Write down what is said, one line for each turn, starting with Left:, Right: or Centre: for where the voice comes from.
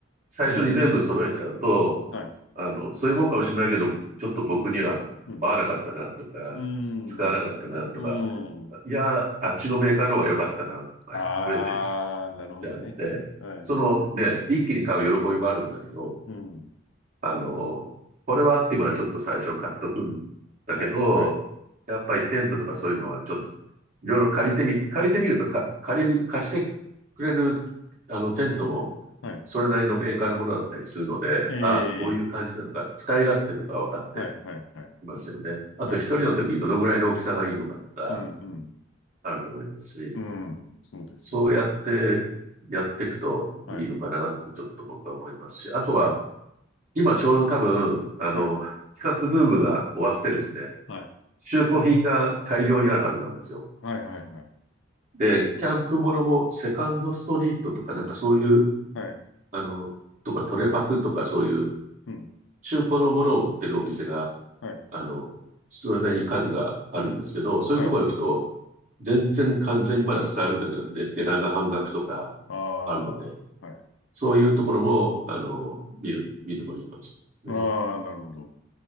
Right: 最初に全部揃えちゃうと、
Left: うん。はい。
Right: あの、そういうもんかもしれないけど、ちょっと僕には合わなかったなとか、
Left: うん。うん。
Right: 使わなかったなとか、
Left: うん。
Right: いや、あっちのメーカーの方が良かったなとかいうの増えてっ
Left: ああ、なるほどね。
Right: ちゃうので、
Left: はいはいはい。
Right: そのね、一気に買う喜びもあるんだけど、
Left: うん。
Right: あの、これはっていうものはちょっと最初買っとくんだけど、
Left: はいはい
Right: やっぱりテントとかそういうのはちょっといろいろ借りてみ、借りてみるとか、借りる、貸してくれるあのテントも
Left: はい。
Right: それなりのメーカーのものだったりするので、
Left: ええ、
Right: ああ、こういう感じなのか、使い勝手とか分かって
Left: はいはいはい。
Right: きますよね。あと一人の時にどのぐらいの大きさがいいのかとか
Left: はい。うんうん。
Right: あると思いますし、
Left: うん。そうですよね。
Right: そうやってやっていくといいのかなとちょっと僕は思いますし、
Left: はい。
Right: あとは
Left: はい。
Right: 今ちょうど多分、あの、
Left: はい。
Right: キャンプブームが終わってですね、
Left: はい。
Right: 中古品が大量にあるはずなんですよ。
Left: はいはいはい。
Right: で、キャンプものもセカンドストリートとかなんかそういう、
Left: はい。
Right: あの、とかトレファクとかそういう
Left: うん。
Right: 中古のものを売ってるお店が、
Left: はい。
Right: あの、それなりに数があるんですけど、
Left: うん。
Right: そういうとこ行くと、
Left: はい。
Right: 全然完全にまだ使えるんだけど、ね、値段が半額とか
Left: ええ。ああ。
Right: あるので、
Left: はい。
Right: そういうところも、あの、見る、見てもいいかもしれないです
Left: ああ、なるほど。